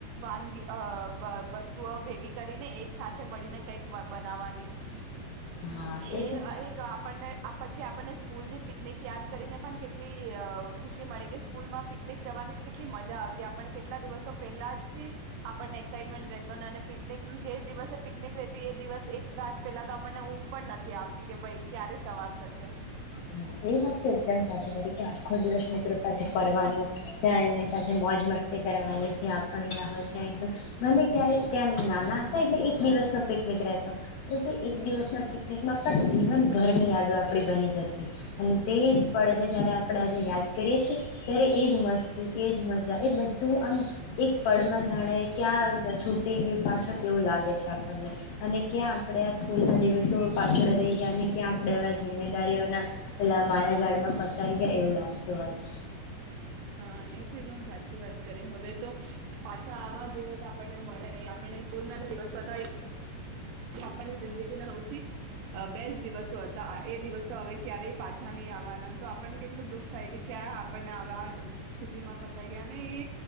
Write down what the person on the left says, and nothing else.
હા
તો
છે
હા એ વાત તો એકદમ સાચી કરી કે આખો દિવસ મિત્રો સાથે ફરવાનું, ત્યાં એમની સાથે મોજ મસ્તી કરવાની, જ્યા પણ જ્યાં હોય ત્યાં એકદમ ભલે ત્યારે ત્યાં નાના હતા એટલે એક દિવસનો પિકનિક રહેતો એક દિવસના પિકનિકમાં પણ જીવનભરની યાદો આપડી બની જતી. અને તે પળને જ્યારે આપણે આજે યાદ કરીએ છીએ ત્યારે એ જ મસ્તી, એ જ મજા એ બધું આમ એક પળમાં જાણે ક્યાં છૂટી ગયું પાછળ એવું લાગે છે. આપણને અને ક્યાં આપણે આ સ્કૂલના દિવસો પાછળ રહી ગયા અને ક્યાં આપણે આવા જિમ્મેદારીઓના પેલા મારા ઝાડમાં ફસાઈ ગયા એવું લાગતું હોય છે.